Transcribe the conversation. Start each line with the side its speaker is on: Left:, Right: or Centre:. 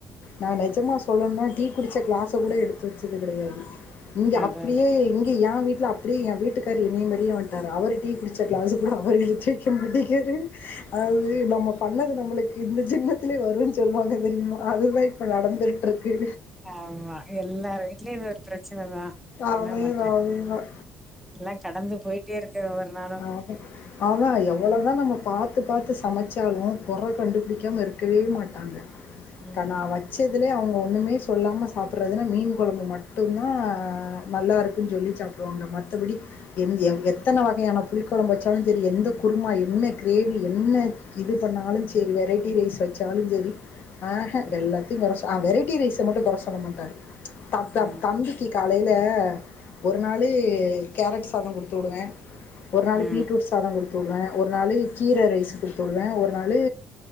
Left: நா நெஜமா சொல்லனுனா டீ குடிச்ச கிளாஸ கூட எடுத்து வெச்சது கெடயாது இங்க
Centre: அதா
Left: அப்டியே இங்க யா வீட்ல அப் அப்டி எ வீட்டுக்காரு என்னைய மாரியே வன்ட்டாரு அவர் டீ குடிச்ச கிளாஸ கூட அவர் எடுத்து வெக்க மாட்டேங்காரு அதாது நம்ம பண்ணது நம்மளுக்கு இந்த ஜென்மத்திலே வருன் சொல்வாங்க தெரிமா அதுதா இப்ப நடந்துட்டுருக்கு
Centre: ஆமா எல்லார் வீட்லயு இது ஒரு பிரச்சனதா
Left: அதேதா
Centre: என்னா பண்ண
Left: அதேதா.
Centre: எல்லா கடந்து போயிட்டே இருக்க ஒவ்வொரு நாளு
Left: ஆஃபன் ஆனா எவ்ளதா நம்ம பாத்து பாத்து சமச்சாலு கொற கண்டுபிடிக்காம இருக்கவே மாட் ட்டாங்க
Centre: ம்
Left: கா நா வச்சதிலே அவுங்க ஒன்னுமே சொல்லாம சாப்புறதுனா மீன் கொழம்பு மட்டுந்தா நல்லாருக் குன் சொல்லி சாப்டுவாங்க மத்தபடி எந் எவ் எத்தன வகையான புளி கொழம்பு வைச்சாலு செரி எந்த குருமா என்ன கிரேவி என்ன இது பண்ணாலு செரி வெரைட்டி ரைஸ் வெச்சாலு செரி ஆஹ
Centre: ம்
Left: எல்லாத்தையு கொற சொ அ வெரைட்டி ரைஸ மட்டு கொற சொல்ல மாட்டாரு தம் தம்
Centre: ம்
Left: தம்பிக்கி காலைல ஒரு நாளு கேரட் சாதொ குடுத்து உடுவே ஒரு நாளு
Centre: ம்
Left: பீட்ரூட் சாதோ குடுத்து உடுவே ஒரு நாளு கீர ரைஸு குடுத்து உடுவே ஒரு நாளு